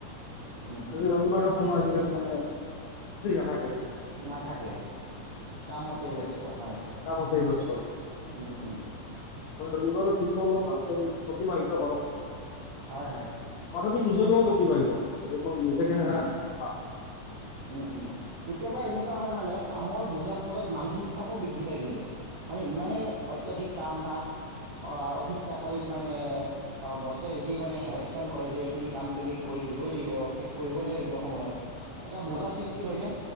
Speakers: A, on the right; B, on the left.
A: উম, উম,
B: আজি ৰবিবাৰেও কোনো আজিকালি মানে ফ্ৰী নাথাকে কোনো।
A: নাথাকে কামতে ব্যস্ত, হয়।
B: কামতেই ব্যস্ত।
A: উম উম।
B: মানে ৰবিবাৰৰ দিনটো অলপ ভালকৈ অতিবাহিত কৰক।
A: হয় হয়।
B: প্ৰথমে নিজৰ লগত অতিবাহিত কৰক। যে মই নিজে কেনেকে
A: উম উম,
B: সুখ পাম
A: উম উম। কেতিয়াবা এনেকুৱা হয় মানে কামৰ বোজাৰ ফলত মানসিক চাপো বৃদ্ ধি পায় কিন্তু। মানে ইমানেই অত্যাধিক কাম বা অ - অফিচ কাছাৰীত মানে অ' বছে যি মানে হেৰেচমেণ্ট কৰে যে এইখিনি কাম তুমি কৰি দিবই লাগিব। শেষ কৰিবই লাগিব সময়ত। এটা বোজা
B: হয়
A: সৃষ্টি হয়নে?